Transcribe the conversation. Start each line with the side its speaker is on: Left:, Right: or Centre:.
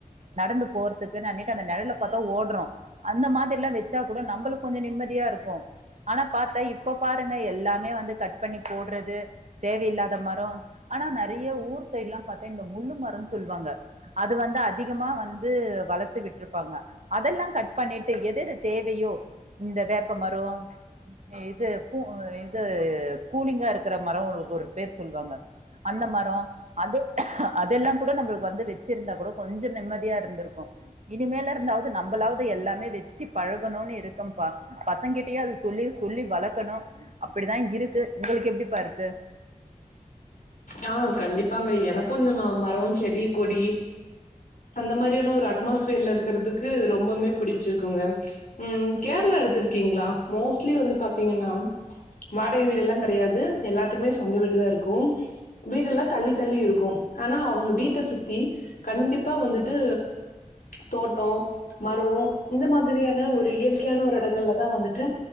Right: நடந்து போறதுக்கு அன்னிட்டு அந்த நெழல பாத்தா ஓட்றோ அந்த மாதிரிலா வெச்சா கூடோ நம்மளுக்கு கொஞ்சோ நிம்மதியா இருக்கு ஆனா பாத்தா இப்ப பாருங்க எல்லாமே வந்து கட் பண்ணி போட்றது தேவையில்லாத மரொ ஆனா நெறைய ஊர் சைட்லா பாத்தா இந்த முள்ளு மரோனு சொல்வாங்க அது வந்து அதிகமா வந்து வளத் த்து விட்டுருப்பாங்க அதெல்லா கட் பண்ணிட்டு எதெது தேவையோ இந்த வேப்ப மரோ இது பூ இது கூலிங்கா இருக்கற மரோ ஒரு பேர் சொல்வாங்க அந்த மரோ அது அதெல்லாங் கூடோ நம்மளுக்கு வந்து வெச்சிருந்தா கூடோ கொஞ்சோ நிம்மதியா இருந்திருக்கு இனிமேல இருந்தாவது நம்மளாது எல்லாமே வெச்சி பழகணுனு இருக்கம்பா பசங்கிட்டயோ அது சொல்லி சொல்லி வளக்கணு அப்படிதா இருக்கு உங்களுக்கு எப்டிப்பா இருக்கு
Left: ஆ கண்டிப்பாங்க எனக்கு இந்த மரோ செடி கொடி அந்த மாரியான ஒரு அட்மாஸ்பியர்ல இருக்கறதுக்கு ரொம்பமே புடிச்சிருக்குங்க ம் கேரளா எடுத்திருக்கீங்களா மோஸ்ட்லி வந்து பாத்தீங்கன்னா வாடகை வீடுடெல்லா கெடையாது எல்லாத்துக்குமே சொந்த வீடுதா இருக்கும் வீடெல்லா தள்ளி தள்ளி இருக்கு ஆனா அவங்க வீட்ட சுத்தி கண்டிப்பா வந்துட்டு தோட்டோ மரோ இந்த மாதிரியான ஒரு இயற்கையான ஒரு இடங்கள்ல தா வந்துட்டு